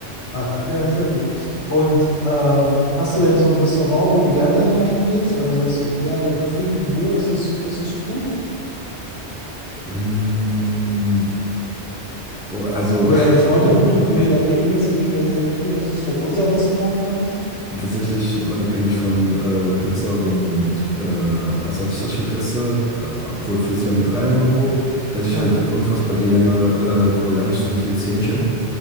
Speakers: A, on the left; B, in the centre.
A: Ach, ja, sehr gut. Und ähm, hast du denn so ein Restaurant, wo du gerne immer hingehst, weil du sagst so, ja, da, da fühle ich mich wohl, das ist, das ist gut?
B: Mm, oh, also,
A: Oder deine Freundin und
B: <laughs>
A: du, wo ihr dann regelmäßig hingeht, weil ihr sagt, okay, das ist so unser Restaurant vielleicht.
B: tatsächlich unabhängig von äh, Pizza und äh, asiatisches ich halt esse, ähm, obwohl fließt mehr mit rein irgendwo, esse ich
A: Ja.
B: halt unfassbar gerne äh, koreanisch frittiertes Hähnchen.